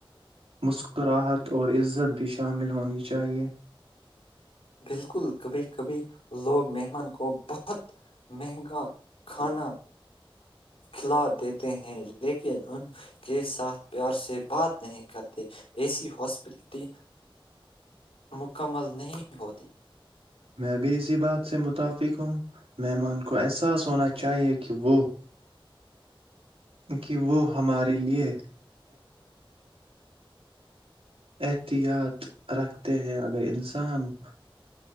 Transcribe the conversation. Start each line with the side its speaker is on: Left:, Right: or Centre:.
Right: مکل راحت اور عزت بھی شامل ہونی چاہیے
Left: بالکل کبھی کبھی لوگ مہمان کو بہت مہنگا کھانا کھلا دیتے ہیں لیکن ان کے ساتھ پیار سے بات نہیں کرتے ایسی ہاسپٹلٹی مکمل نہیں ہوتی
Right: میں بھی اسی بات سے متفق ہوں مہمان کو احساس ہونا چاہیے کہ وہ کہ وہ ہمارے لیے احتیاط رکھتے ہیں اگر انسان <inaudible>